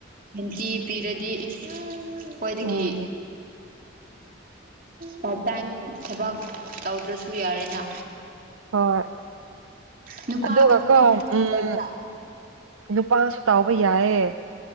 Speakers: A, on the right; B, on the right.
A: ꯅꯨꯡꯇꯤ ꯄꯤꯔꯗꯤ ꯍ ꯈ꯭ꯋꯥꯣꯏꯗꯒꯤ
B: ꯎꯝ
A: ꯎ ꯄꯥꯔꯠ ꯇꯥꯏꯝ ꯊꯕꯛ ꯇꯧꯗ꯭ꯔꯁꯨ ꯌꯥꯔꯦꯅ
B: ꯍꯣꯏ
A: ꯅꯨꯄꯥ
B: ꯑꯗꯨꯒ
A: ꯅꯨꯄꯤꯒꯤꯁꯨ
B: ꯀꯣ ꯎꯝ
A: ꯑꯣꯏꯕ꯭ꯔꯥ
B: ꯅꯨꯄꯥꯁꯨ ꯇꯥꯎꯕ ꯌꯥꯏꯦ